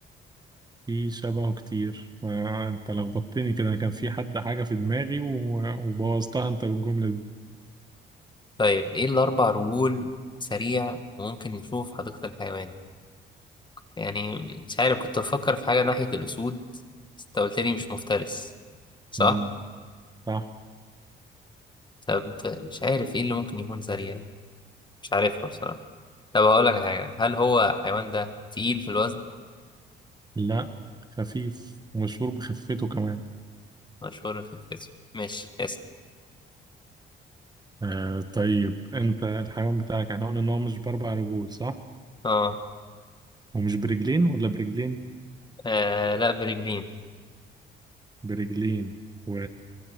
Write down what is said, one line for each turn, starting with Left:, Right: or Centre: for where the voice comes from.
Right: في شبهه كتير آه، أنت لخبطتني كده أنا كان في حد حاجة في دماغي و- وبوظتها أنت بالجملة دي
Left: طيب إيه الأربع رجول سريع ممكن نشوفه في حديقة الحيوان يعني مش عارف كنت بفكر في حاجة ناحية الأسود بس أنت قلت لي مش مفترس صح؟
Right: مم، صح
Left: طب مش عارف ايه اللي ممكن يكون سريع مش عارفها بصراحة طب هقول لك على حاجة هل هو الحيوان ده تقيل في الوزن
Right: لا خفيف ومشهور بخفته كمان
Left: مشهور في الجسم ماشي اسأل
Right: آه طيب انت الحيوان بتاعك احنا قلنا ان هو مش باربع رجول صح
Left: اه
Right: ومش برجلين ولا برجلين
Left: آه، لا برجلين
Right: برجلين و...